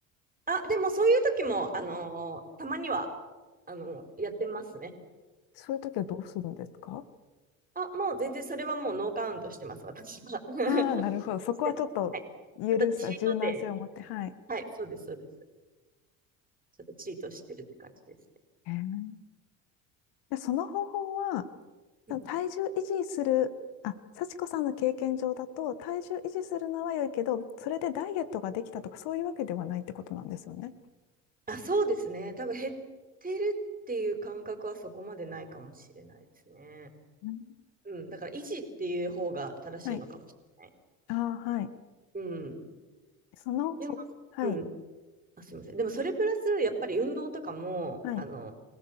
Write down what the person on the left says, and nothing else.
そういう時はどうするんですか
ああ、なるほど。そこはちょっと許す、
柔軟性を持って。はい。
へえで、その方法は、
その体重維持する、あ、幸子さんの経験上だと、体重維持するのは良いけど、それでダイエットができたとか、そういうわけではないってことなんですよね。
うん
はい。ああ、はい。
そのほ、
はい、
はい、